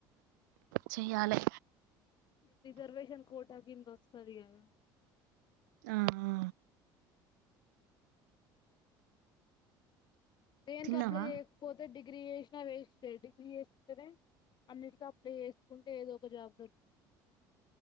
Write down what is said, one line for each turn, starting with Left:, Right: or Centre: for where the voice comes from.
Right: చెయాలె
Left: నీకు రిజర్వేషన్ కోట కింద వస్తది కదా
Right: ఆ ఆ
Left: దేనికి
Right: తిన్నావా
Left: అప్లై చేయకపోతే డి డిగ్రీ చేసిన వేస్టే డిగ్రీ చేసుకుంటనే అన్నిటింకి అప్లై చేసుకుంటే ఏదో ఒక జాబ్ దొరుకుతది